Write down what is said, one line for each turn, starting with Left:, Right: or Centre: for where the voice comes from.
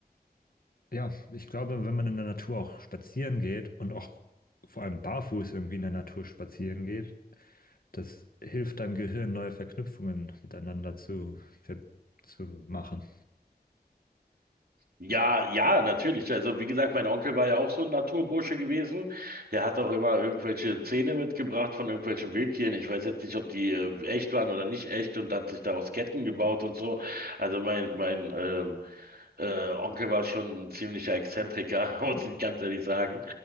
Left: ja, ich glaube, wenn man in der Natur auch spazieren geht und auch vor allem barfuß irgendwie in der Natur spazieren geht, das hilft deinem Gehirn, neue Verknüpfungen miteinander zu, ver- zu machen.
Right: Ja, ja, natürlich. Also wie gesagt, mein Onkel war ja auch so ein Naturbursche gewesen. Der hat auch immer irgendwelche Zähne mitgebracht von irgendwelchen Wildtieren. Ich weiß jetzt nicht, ob die äh, echt waren oder nicht echt und hat sich daraus Ketten gebaut und so. Also mein mein ähm, äh, Onkel war schon ein ziemlicher Exzentriker, <laughs> muss
Left: Mhm.
Right: ich ganz ehrlich sagen.